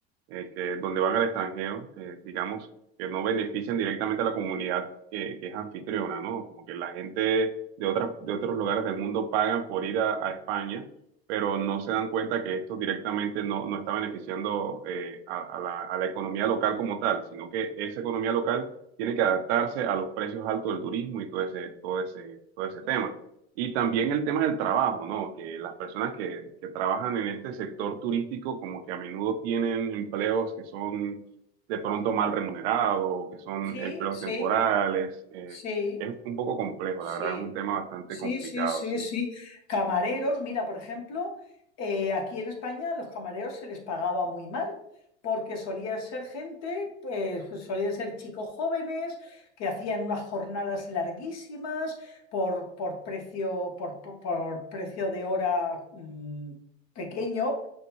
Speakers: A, on the right; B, on the left.
A: eh, que donde van al extranjero, eh, digamos, que no benefician directamente a la comunidad que, que es anfitriona, ¿no? Como que la gente de otras, de otros lugares del mundo pagan por ir a, a España, pero no
B: ujú,
A: se dan cuenta que esto directamente no, no está beneficiando eh, a, a la, a la economía local como tal, sino que esa economía local tiene que adaptarse a los precios altos del turismo y todo ese, todo ese, todo ese
B: ujú.
A: tema. Y también el tema del trabajo, ¿no? Que las personas que, que trabajan en este sector turístico como que a menudo tienen empleos que son de pronto mal remunerados, o que son
B: Sí,
A: empleos
B: sí,
A: temporales. eh,
B: sí.
A: es un poco complejo,
B: sí.
A: la verdad, es un tema bastante
B: Sí,
A: complicado,
B: sí, sí, sí,
A: sí.
B: sí. Camareros, mira, por ejemplo, eh, aquí en España los camareros se les pagaba muy mal, porque solía ser gente, pues solía ser chicos jóvenes que hacían unas jornadas larguísimas por, por precio, por, por- por precio de hora mm, pequeño.